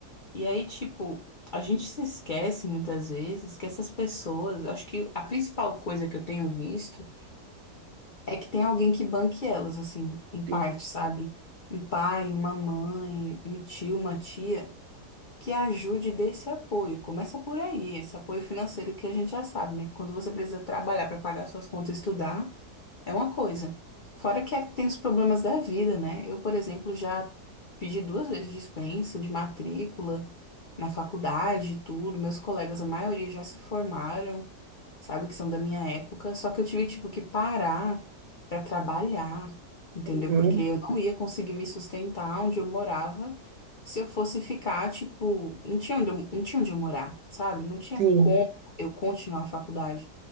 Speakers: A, on the left; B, on the right.
A: E aí, tipo, a gente se esquece muitas vezes que essas pessoas, acho que a principal coisa que eu tenho visto. É que tem alguém que banque elas, assim, em
B: Sim.
A: parte, sabe? Um pai, uma mãe, um tio, uma tia, que ajude e dê esse apoio. Começa por aí, esse apoio financeiro que a gente já sabe, né? Quando você precisa trabalhar para pagar suas contas e estudar, é uma coisa. Fora que é- tem os problemas da vida, né? Eu, por exemplo, já pedi duas vezes dispensa de matrícula na faculdade e tudo. Meus colegas, a maioria já se formaram sabe? Que são da minha época. Só que eu tive, tipo, que parar pra trabalhar, entendeu?
B: Uhum.
A: Porque eu não ia conseguir me sustentar onde eu morava se eu fosse ficar, tipo, não tinha onde eu, não tinha onde eu morar, sabe? Não tinha
B: Sim.
A: como eu continuar a faculdade.